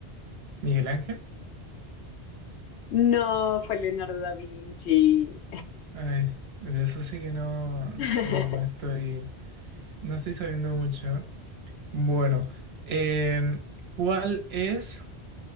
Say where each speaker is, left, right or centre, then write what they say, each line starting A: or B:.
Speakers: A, on the right; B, on the left.
A: Miguel Ángel.
B: No, fue Leonardo da Vinci.
A: Ay, de eso sí que no, no
B: <laughs>
A: me estoy, no estoy sabiendo mucho. Bueno, em, ¿cuál es